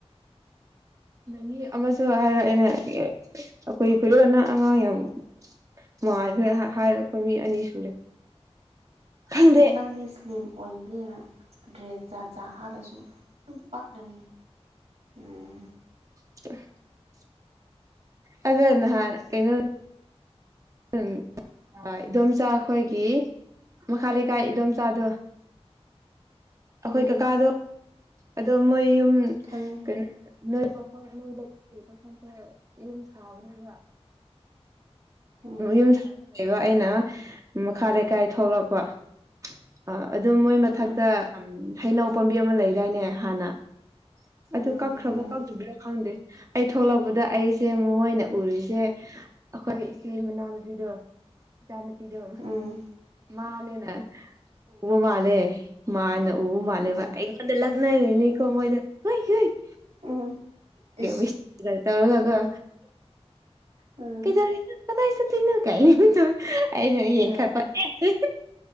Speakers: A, on the right; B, on the right.
A: ꯃꯤ ꯑꯃꯁꯨ ꯍꯥꯏꯔ ꯑꯩꯅ ꯑꯩꯈꯣꯏ ꯈꯨꯂꯣꯅ ꯑꯉꯥꯡ ꯌꯥꯝ ꯃꯃꯥꯟꯈꯣꯏ ꯍꯥꯏꯔꯛꯄ ꯃꯤ ꯑꯅꯤ ꯁꯨꯔꯦ ꯈꯪꯗꯦ
B: ꯅꯪꯗꯤ ꯏꯁ꯭ꯂꯤꯝ ꯑꯣꯏꯕꯅꯤꯅ ꯗ꯭ꯔꯦꯁ ꯖꯥꯠ ꯖꯥꯠ ꯍꯥꯞꯂꯁꯨ꯫ ꯑꯗꯨꯨꯝ ꯄꯥꯛꯅꯅꯤ ꯎꯝ
A: <inaudible> ꯑꯩꯗꯣ ꯅꯍꯥꯟ ꯀꯩꯅꯣ ꯎꯝ ꯍ ꯏꯗꯣꯝꯆꯥ ꯑꯩꯈꯣꯏꯒꯤ ꯃꯈꯥ ꯂꯩꯀꯥꯏ ꯏꯗꯣꯝꯆꯥꯥꯗꯣ꯫ ꯑꯩꯈꯣꯏ
B: ꯎꯝ
A: ꯀꯀꯥꯗꯣ ꯑꯗꯣ ꯃꯣꯏ ꯌꯨꯝ
B: ꯈꯪꯉꯦ
A: ꯀꯩꯅꯣ ꯅꯣꯏ <unintelligible> ꯁꯥꯕꯅꯦꯕ
B: ꯎꯝ
A: ꯌꯨꯝ ꯁꯥꯔꯒ ꯂꯩꯕ ꯑꯩꯅ ꯃꯈꯥ ꯂꯩꯀꯥꯏ ꯊꯣꯛꯂꯛꯄ ꯑ ꯑꯗꯣ ꯃꯣꯏ ꯃꯊꯛꯇ
B: ꯎꯝ
A: ꯎ ꯍꯩꯅꯧ ꯄꯥꯝꯕꯤ ꯑꯃ ꯂꯩꯗꯥꯏꯅꯦ ꯍꯥꯟꯅ ꯑꯗꯨ
B: ꯎꯝ
A: ꯀꯛꯈ꯭ꯔꯕ
B: ꯎꯝ
A: ꯀꯥꯇ꯭ꯔꯤꯕ ꯈꯪꯗꯦ꯫ ꯑꯩ ꯊꯣꯛꯂꯛꯄꯗ ꯑꯩꯁꯦ ꯃꯣꯏꯅ ꯎꯔꯤꯁꯦ ꯑꯩꯈꯣꯏ ꯁꯤꯃꯅꯥꯃ ꯄꯤꯗꯣ ꯆꯅ ꯄꯤꯗꯣ
B: ꯎꯝ
A: ꯃꯥꯅꯦꯅ ꯎꯕ ꯃꯥꯜꯂꯦ꯫ ꯃꯥꯅ ꯎ ꯃꯥꯂꯦꯕ
B: ꯎꯝ ꯎꯝ
A: ꯑꯩꯉꯣꯟꯗ ꯂꯛꯅꯔꯤꯅꯤꯀꯣ
B: ꯎꯝ
A: ꯃꯣꯏꯖꯦ <unintelligible>
B: ꯎꯝ ꯏꯁ
A: ꯋꯤꯁꯀ ꯇꯧꯔꯒ
B: ꯎꯝ
A: ꯀꯩꯗꯧꯔꯤꯅꯣ ꯀꯗꯥꯏ ꯆꯠꯇꯣꯏꯅꯣ ꯀꯥꯏ ꯑꯩꯩꯅ
B: ꯎꯝ
A: ꯌꯦꯡꯈꯠꯄ ꯑꯦ꯫